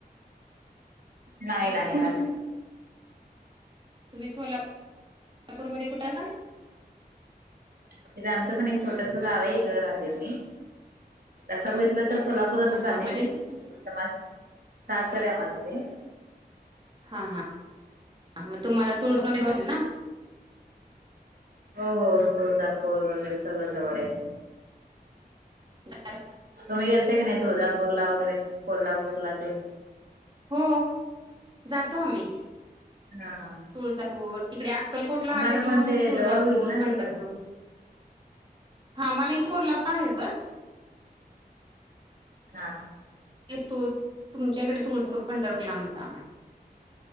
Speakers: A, on the right (about 65°); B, on the right (about 30°).
A: नाही नाही आ.
B: तुम्ही सोलापू सोलापूर मध्ये कुठं राहता.?
A: तथे आमचं पण एक छोटस गाव आहे इकड राहते मी. रस्ता बघितलं तर सोलापूरातच
B: हा
A: जाते
B: हा मग
A: मी
B: ते
A: म्हणजे तिथं माझ सारसर आहे माझ ते.
B: हा हा मग तुम्हाला तुळुळल ना.
A: हो हो तुळजापूर वगैरे सगळं जवळ आहे.
B: झा
A: तुम्ही गेल का नाही तुळजापूर ला वगैरे कोल्हापूरला ते.
B: हो जातो आम्ही.
A: हा.
B: तुळजापूर तिकडे अक्कलकोटला
A: तुम्हाला
B: आलं की
A: पण
B: मग
A: ते
B: तुळजापूर
A: जवळ होईल ना
B: पंढरपूर.
A: तिकडं
B: हा मला इथ कोण लप आहे ज.
A: हा.
B: तू तुमच्या इकडे तुळजपूर पंढरूर लांबता आम्हाला.